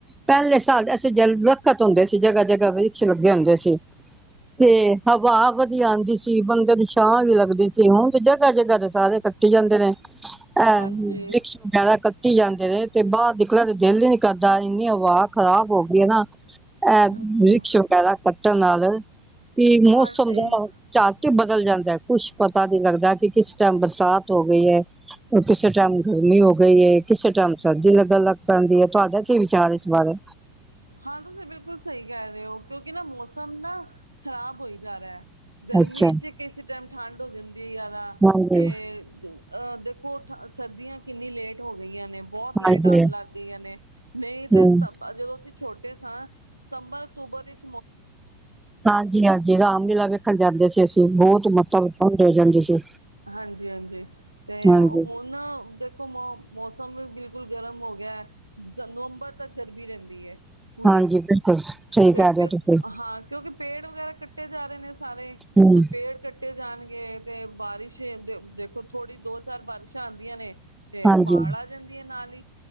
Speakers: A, in the centre; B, on the right (about 85°).
A: ਪੈਲੇ ਸਾਡੇ ਅਸੀ ਦਰੱਖਤ ਹੁੰਦੇ ਸੀ ਜਗ੍ਹਾ-ਜਗ੍ਹਾ ਵਈ ਲੱਗੇ ਹੁੰਦੇ ਸੀ ਤੇ ਹਵਾ ਵਧੀਆ ਆਂਦੀ ਸੀ ਬੰਦੇ ਨੂੰ ਛਾਂ ਵੀ ਲੱਗਦੀ ਸੀ ਹੁਣ ਤੇ ਜਗ੍ਹਾ-ਜਗ੍ਹਾ ਤੇ ਸਾਰੇ ਕੱਟੀ ਜਾਂਦੇ ਨੇ। ਐ
B: ਹਾਂਜੀ
A: ਵਰੀਕਛ ਵਗੈਰਾ ਕੱਟੀ ਜਾਂਦੇ ਨੇ ਤੇ ਬਾਹਰ ਨਿਕਲਣ ਤੇ ਦਿਲ ਹੀ ਨਈ ਕਰਦਾ। ਇੰਨੀ ਹਵਾ ਖਰਾਬ ਹੋ ਗਈ ਏ ਨਾ ਇਹ
B: ਹਾਂਜੀ
A: ਵਰੀਕਛ ਵਗੈਰਾ ਕੱਟਣ ਨਾਲ ਕੀ ਮੌਸਮ
B: ਹਾਂਜੀ
A: ਦਾ ਝਟ ਹੀ ਬਦਲ ਜਾਂਦਾ ਐ ਕੁਛ ਪਤਾ ਨੀ ਲੱਗਦਾ ਕਿ ਕਿਸ ਟਾਈਮ ਬਰਸਾਤ ਹੋ ਗਈ ਐ। ਓ ਕਿਸੇ ਟਾਈਮ ਗਰਮੀ ਹੋ ਗਈ ਏ ਕਿਸੇ ਟਾਈਮ ਸਰਦੀ ਲੱਗਣ ਲੱਗ ਪੈਂਦੀ ਏ ਤੁਹਾਡਾ ਕੀ ਵਿਚਾਰ ਇਸ ਬਾਰੇ
B: ਹਾਂ ਤੁਸੀਂ ਬਿਲਕੁਲ ਸਈ ਕਹਿ ਰਏ ਓ ਕਿਉਂਕਿ ਨਾ ਮੌਸਮ ਨਾ ਖ਼ਰਾਬ ਹੋਈ ਜਾ ਰਿਆ। ਗਰਮੀ
A: ਅੱਛਾ
B: 'ਚ ਕਿਸ ਟੈਮ ਠੰਡ ਹੋ ਜਾਂਦੀ ਏ ਜਾਦਾ
A: ਹਾਂਜੀ
B: ਤੇ ਅ ਦੇਖੋ ਠ ਸਰਦੀਆਂ ਕਿੰਨੀ ਲੇਟ ਹੋ ਗਈਆਂ ਨੇ। ਬੋਤ
A: ਹਾਂਜੀ
B: ਲੇਟ ਆਨ ਲਾੱਗ ਗਈਆਂ ਨੇ, ਨਈ ਤੇ
A: ਹਮ
B: ਸਤੱਮ ਜਦੋ ਅਸੀ ਛੋਟੇ ਸਾ, ਸਤੰਬਰ‌ ਅਕਤੂਬਰ ਇੱਚ
A: ਹਾਂਜੀ-ਹਾਂਜੀ ਰਾਮਲੀਲਾ ਵੇਖਨ ਜਾਂਦੇ ਸੀ ਅਸੀ, ਬੋਤ ਮੱਤਬ ਠੰਡ ਹੋ ਜਾਂਦੀ ਸੀ।
B: ਹਾਂਜੀ-ਹਾਂਜੀ ਤੇ
A: ਹਾਂਜੀ
B: ਹੁਣ ਨਾ ਦੇਖੋ ਮੌ ਮੌਸਮ ਵੀ ਬਿਲਕੁਲ ਗਰਮ ਓ ਗਯੈ ਨਵੰਬਰ ਤੱਕ ਗਰਮੀ ਰੈਂਦੀ ਏ ਪੂਰੀ,
A: ਹਾਂਜੀ ਬਿਲਕੁਲ ਸਹੀ
B: ਤੇ
A: ਕਹਿ
B: ਇੱਕ,
A: ਰਹੇ ਹੋ ਤੁਸੀਂ
B: ਹਾਂ ਕਯੋਕਿ ਪੇੜ ਵਗੈਰਾ ਕੱਟੇ ਜਾ ਰਏ ਨੇ ਸਾਰੇ,
A: ਹਮ
B: ਪੇੜ ਕੱਟ ਕੱਟੇ ਜਾਨਗੇ ਤੇ ਬਾਰਿਸ਼ ਦੇ ਦੇਖੋ ਥੋੜ੍ਹੀ ਦੋ-ਚਾਰ ਬਾਰਿਸ਼ਾਂ ਆਂਦੀਆਂ ਨੇ ਤੇ
A: ਹਾਂਜੀ
B: ਬਾੜ ਆ ਜਾਂਦੀ ਏ ਨਾਲ ਈ।